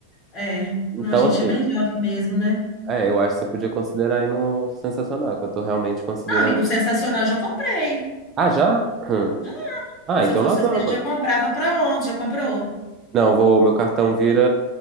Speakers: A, on the left; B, on the right.
A: é.
B: Então,
A: Não, a gente
B: assim.
A: é bem jovem mesmo, né?
B: É, eu acho que você podia considerar aí no Sensacional, que eu tô realmente considerando.
A: Ah, amigo, sensacional, já comprei.
B: Ah, já? Hum.
A: Já-
B: Ah,
A: Se
B: então
A: eu fosse
B: nós vamos.
A: você, já comprava para onde? Já comprou?
B: Não, vou, meu cartão vira